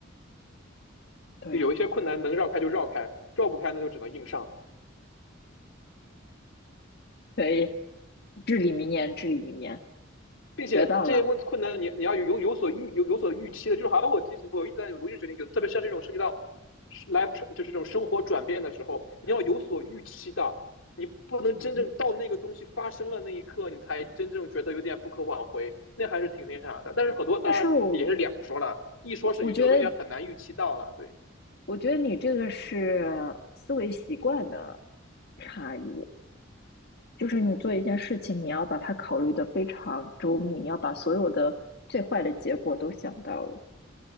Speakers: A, on the left (about 55°); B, on the left (about 80°).
A: 对呀、
B: 就有一些困难能绕开就绕开，
A: 啊，
B: 绕不开那就只能硬上。
A: 可以，至理名言，至理名言，
B: 并且这些问困难你你要有有有所预有有所预期的，
A: 学到了，
B: 就是好像我其实我一直在我一直决定，特别是像这种涉及到 life 就是这种生活转变的时候，你要有所预期的，你不能真正到那个东西发生了那一刻，
A: 嗯。
B: 你才真正觉得有点不可挽回，那还是挺那啥的。但是很多当然也是两说了，
A: 但是我
B: 一说是有有的东西很难预期到了，
A: 我觉得，
B: 对，
A: 我觉得你这个是思维习惯的差异，就是你做一件事情，你要把它考虑的非常周密，你要把所有的最坏的结果都想到了。